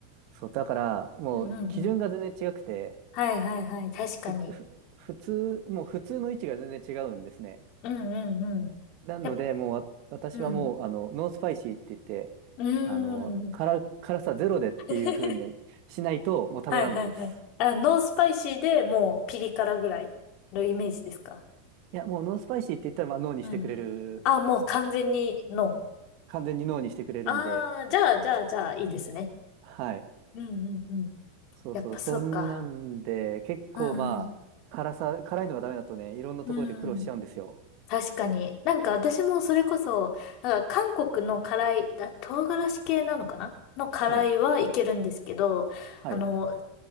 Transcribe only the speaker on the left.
うんうんうん。はいはいはい。確かに。
うんうんうん。
やっ
うん。
うーん。
<laughs>
はいはいはい。あ、ノースパイシーでもうピリ辛ぐらいのイメージですか
うん。あ、もう完全にノ
ー。ああ、じゃあじゃあじゃあいいですね。
うんうんうん。
やっぱそうか。
うんうん。
うん。確かに。なんか私もそれこそ、なんか韓国の辛い、あ唐辛子系なのかなの辛いはいけるんですけど、
あの、